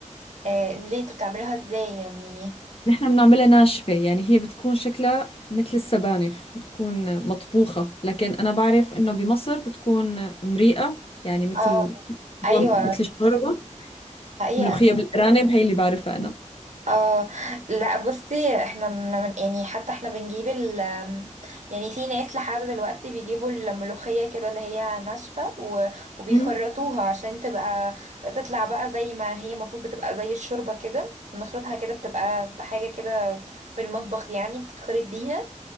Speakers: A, on the right (about 65°); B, on the left (about 45°).
A: آه، ليه انتوا بتعملوها ازاي يعني
B: نحن بنعملها ناشفة يعني هي بتكون شكلها مثل السبانخ بتكون مطبوخة لكن أنا بعرف إنه بمصر بتكون مريئة يعني مثل
A: اه ايوه
B: هو مثل الشوربة
A: حقيقه
B: ملوخية بالأرانب هي اللي بعرفها أنا
A: اه لا بصي احنا من يعني حتى احنا بنجيب ال يعني في ناس لحد دلوقتي بيجيبوا الملوخية كده اللي هي ناشفة و- وبيخرطوها
B: مم.
A: عشان تبقى تطلع بقى زي ما هي المفروض بتبقى زي الشوربة كده نخرطها كده بتبقى حاجة كده في المطبخ يعني بتتخرط بيها